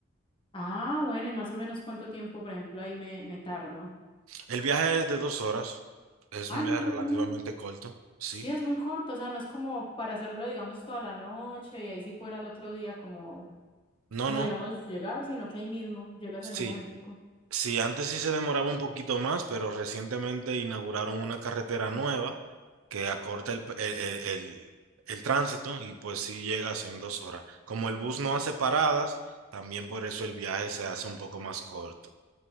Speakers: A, on the left (about 25°); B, on the right (about 85°).
A: Ah, bueno, y más o menos cuánto tiempo, por ejemplo, ahí me, me tardo.
B: El viaje es de dos horas. Es
A: Ah,
B: un
A: es
B: viaje
A: muy, r-
B: relativamente
A: mm,
B: corto. Sí.
A: sí, es muy corto, o sea, no es como para hacerlo, digamos, toda la noche y ahí sí fuera el otro día como
B: No,
A: como
B: no.
A: digamos llegar, sino que ahí mismo llegas
B: Sí.
A: en un momentico.
B: Sí, antes sí se demoraba un poquito más, pero recientemente inauguraron una carretera nueva que acorta el, el, el- el- el tránsito y pues sí llegas en dos horas. Como el bus no hace paradas, también por eso el viaje se hace un poco más corto.